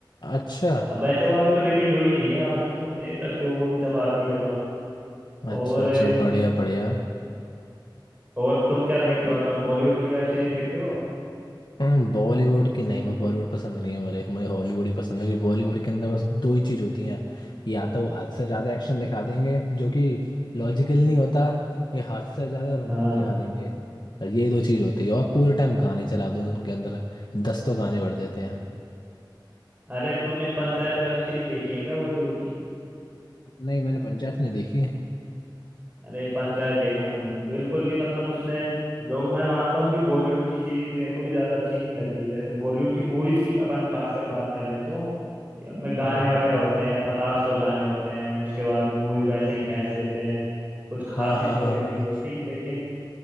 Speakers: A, on the left; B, on the right.
A: अच्छा
B: अब वैसे वो अभी तो रिलीज हुई नहीं है बाकी तुम देख सकते हो वो भी जब आती है तो
A: अच्छा
B: और
A: अच्छा बढ़िया बढ़िया
B: और तुम क्या देखते हो मतलब बॉलीवुड की वेब सीरीज देखते हो
A: हम्म, बॉलीवुड की नहीं मैं बॉलीवुड पसंद नहीं है मुझे मुझे हॉलीवुड ही पसंद है क्योंकि बॉलीवुड के अंदर बस दो ही चीज़ होती हैं या तो वो हद से ज़्यादा एक्शन दिखा देंगे जो कि लॉजिकल नहीं होता या हद से ज़्यादा रोमांस
B: हाँ
A: दिखा देंगे ये दो चीज़ होती है और पूरे टाइम गाने चला दो उनके अंदर दस तो गाने भर देते हैं
B: अरे तुमने पंचायत वेब सीरीज देखी है क्या बॉलीवुड की
A: नहीं मैंने पंचायत नहीं देखी
B: अरे पंचायत देखना तुम बिल्कुल भी मतलब उसमें जो मैं मानता हूँ कि बॉलीवुड की सीरीज मेरे को भी ज्यादा अच्छी नहीं लगती जैसे बॉलीवुड की मूवीज की अपन खास कर बात कर लें तो कि उनमें गाने
A: हाँ हाँ
B: वगैरह होते हैं पतास तो गाने होते हैं उसके बाद में मूवी को ऐसे ही खींच देते हैं कुछ खास
A: हाँ हाँ
B: स्टोरी
A: हाँ हाँ
B: भी
A: हाँ
B: नहीं होती लेकिन